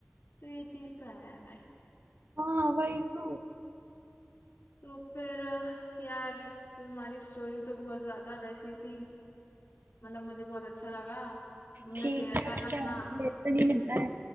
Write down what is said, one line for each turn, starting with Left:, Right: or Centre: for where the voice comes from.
Left: तो ये चीज तो है भाई
Right: हाँ वही तो
Left: तो फिर अह, यार तो तुम्हारी स्टोरी तो बहुत ज्यादा वैसी थी मतलब मुझे बहुत अच्छा लगा तुमने
Right: ठीक
Left: शेयर
Right: है
Left: करा
Right: क्या
Left: अपना
Right: ये तो नहीं मिलता है